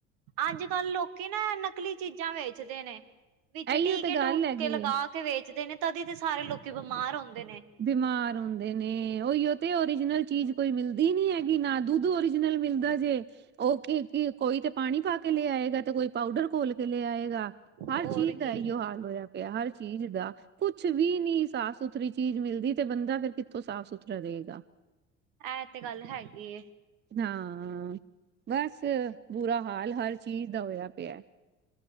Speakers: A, on the right; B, on the right.
A: ਅੱਜ-ਕੱਲ ਲੋਕੀ ਨਾ ਨਕਲੀ ਚੀਜਾਂ ਵੇਚਦੇ ਨੇ ਵਿੱਚ
B: ਇਹੀਓ
A: ਟੀਕੇ
B: ਤੇ ਗੱਲ
A: ਟੂਕੇ
B: ਹੈਗੀ
A: ਲਗਾ
B: ਏ
A: ਤੇ ਵੇਚਦੇ ਨੇ ਤਦੀ ਤੇ ਸਾਰੇ ਲੋਕੀ ਬਮਾਰ ਹੁੰਂਦੇ ਨੇ
B: ਬਿਮਾਰ ਹੁੰਦੇ ਨੇ। ਓਈਓ ਤੇ ਓਰੀਜਨਲ ਚੀਜ ਕੋਈ ਮਿਲਦੀ ਨੀ ਹੈਗੀ ਨਾ ਦੁੱਧ ਓਰੀਜਨਲ ਮਿਲਦਾ ਜੇ ਉਹ ਕਿ-ਕੀ ਕੋਈ ਤੇ ਪਾਨੀ ਪਾ ਕੇ ਲੈ ਆਏਗਾ ਤੇ ਕੋਈ ਪਾਊਡਰ ਘੋਲ ਕੇ ਲੈ ਆਏਗਾ ਹਰ
A: ਹੋਰ
B: ਚੀਜ਼ ਦਾ
A: ਕੀ
B: ਇਹੋ ਹਾਲ ਹੋਇਆ ਪੇਆ ਹਰ ਚੀਜ਼ ਦਾ ਕੁੱਛ ਵੀ ਨੀ ਸਾਫ਼ ਸੁਥਰੀ ਚੀਜ਼ ਮਿਲਦੀ ਤੇ ਬੰਦਾ ਫਿਰ ਕਿੱਥੋਂ ਸਾਫ਼ ਸੁਥਰਾ ਰਹੇਗਾ
A: ਐ ਤੇ ਗੱਲ ਹੈਗੀ ਏ
B: ਹਾਂ ਬਸ ਬੁਰਾ ਹਾਲ ਹਰ ਚੀਜ਼ ਦਾ ਹੋਇਆ ਪੇਆ